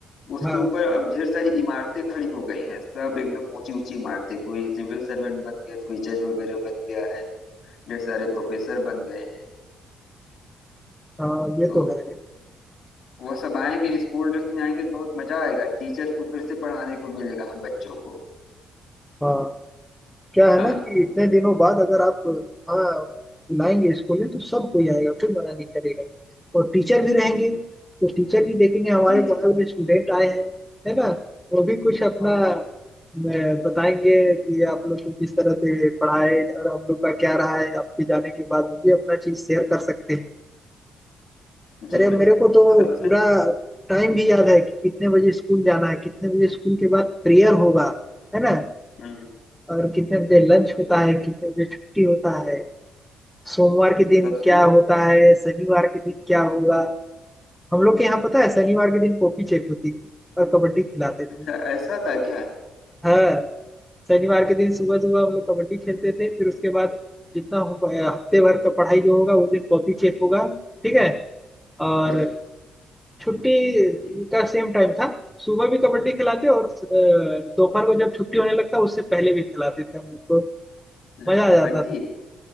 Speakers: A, on the left (about 70°); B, in the centre.
A: उसके
B: हाँ
A: ऊपर अब ढेर सारी इमारतें खड़ी हो गई हैं सब एकदम ऊंची ऊंची इमारतें कोई सिविल सर्वेंट बन गया कोई जज वगैरह बन गया है ढेर सारे प्रोफेसर बन गए हैं
B: हाँ ये
A: तो
B: तो है
A: वह सब आएंगे स्कूल ड्रेस में आएंगे तो बहुत मजा आएगा टीचर को फिर से पढ़ाने को मिलेगा हम बच्चों को
B: हाँ क्या है
A: ना
B: ना कि इतने दिनों बाद अगर आप हाँ बुलाएंगे स्कूल में तो सब कोई आएगा कोई मना नहीं करेगा और टीचर भी रहेंगे तो टीचर भी देखेंगे हमारे
A: जी जी
B: बगल में स्टूडेंट आए हैं है ना वो भी कुछ अपना
A: हाँ
B: अ,
A: हाँ
B: बताएंगे कि आप लोग को किस तरह से पढ़ाए और हम लोग का क्या रहा है आपके जाने के बाद वो भी अपना चीज शेयर कर सकते हैं
A: जी
B: अरे
A: बे-
B: मेरे को तो
A: सबसे
B: पूरा टाइम भी याद है कि कितने बजे स्कूल जाना है कितने बजे स्कूल के बाद प्रेयर होगा है ना
A: हम्म,
B: और कितने बजे लंच होता है कितने बजे छुट्टी होता है सोमवार के दिन
A: सबसे
B: क्या होता है शनिवार के दिन क्या होगा हम लोग के यहाँ पता है शनिवार के दिन कॉपी चेक होती थी और कबड्डी खिलाते थे
A: अच्छा ऐसा था क्या
B: हाँ शनिवार के दिन सुबह सुबह हम लोग कबड्डी खेलते थे फिर उसके बाद जितना हो- हफ्ते भर का पढ़ाई जो होगा उस दिन कॉपी चेक होगा ठीक है और
A: हम्म,
B: छुट्टी
A: जी
B: का सेम टाइम था सुबह भी कबड्डी खिलाते और अ, दोपहर को जब छुट्टी होने लगता उससे पहले भी खिलाते थे हम लोग को
A: अच्छा
B: मजा आ
A: कबड्डी
B: जाता